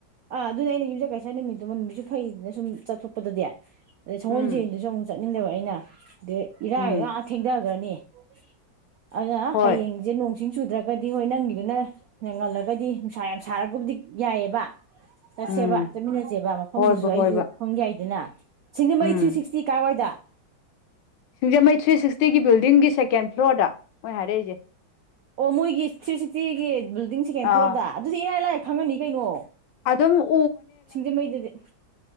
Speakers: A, on the right (about 80°); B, on the left (about 75°).
A: ꯑꯥ ꯑꯗꯨꯅꯦ ꯑꯩꯅ ꯌꯨꯝꯁꯩ ꯀꯩꯁꯥ ꯅꯨꯃꯤꯠꯇꯨ ꯃꯅꯨꯡꯒꯤꯁꯨ ꯐꯩꯗꯅ ꯁꯨꯝ ꯆꯠꯊꯣꯛꯄꯗꯗꯤ ꯑꯗ ꯁꯣ
B: ꯎꯝ
A: ꯆꯦꯟꯗꯨꯁꯨ ꯑꯃꯨꯛ ꯆ ꯃꯤꯂꯕ ꯍꯥꯏꯅ ꯑꯗꯨ ꯏꯔꯥꯏ
B: ꯎꯝ
A: ꯂꯥꯛ ꯊꯦꯡꯊꯈ꯭ꯔꯅꯤ <inaudible> ꯑꯩꯅ
B: ꯍꯣꯏ
A: ꯍꯌꯦꯡꯁꯦ ꯅꯨꯡ ꯀꯛꯁꯤꯡꯤꯡ ꯆꯨꯗ꯭ꯔꯒꯗꯤ ꯍꯣꯏ ꯅꯪꯒꯤꯗꯨꯅ ꯅꯪꯍꯜꯂꯒꯗꯤ ꯅꯨꯡꯁꯥ ꯌꯥꯝ ꯁꯥꯔꯒꯕꯨꯗꯤ ꯌꯥꯏꯑꯕ ꯆꯠꯁꯦꯕ
B: ꯎꯝ
A: ꯆꯠꯃꯤꯟꯅꯁꯦꯕ ꯃꯐꯝꯗꯨꯁꯨ
B: ꯍꯣꯏꯕ
A: ꯑꯩꯁꯨ
B: ꯍꯣꯏꯕ
A: ꯐꯪ ꯌꯥꯏꯗꯅ ꯎꯝ ꯁꯤꯡꯖꯃꯩ
B: ꯎꯝ
A: ꯊ꯭ꯔꯤ ꯁꯤꯛꯁꯇꯤ ꯀꯥꯏꯋꯥꯏꯗ
B: ꯁꯤꯡꯖꯃꯩ ꯊ꯭ꯔꯤ ꯁꯤꯛꯁꯇꯤꯒꯤꯤ ꯂꯤꯤꯡꯒꯤ ꯁꯦꯀꯦꯟ ꯐ꯭ꯂꯣꯔꯗ ꯃꯣꯏ ꯍꯥꯏꯔꯛꯏꯁꯦ
A: ꯑꯣꯃꯣꯏ ꯌꯦꯦꯁꯤꯁꯤꯇꯤꯒꯦ ꯕꯤꯜꯗꯤꯡ ꯁꯦꯀꯦꯟ
B: ꯑꯥ
A: ꯐ꯭ꯂꯣꯔꯗ ꯑꯗꯨꯗꯤ ꯏꯔꯥꯏ ꯂꯥꯏ ꯈꯪꯉꯅꯤ ꯀꯩꯅꯣ
B: ꯑꯗꯨꯨꯡ
A: ꯁꯤꯡꯖꯃꯩꯗꯗꯤ